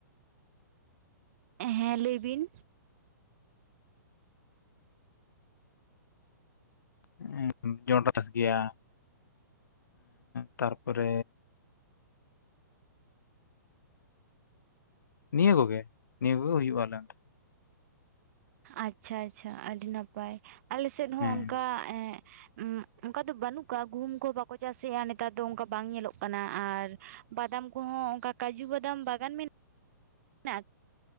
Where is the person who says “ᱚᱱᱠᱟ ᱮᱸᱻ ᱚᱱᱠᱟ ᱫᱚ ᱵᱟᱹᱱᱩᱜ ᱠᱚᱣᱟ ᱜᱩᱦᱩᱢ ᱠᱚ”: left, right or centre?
Right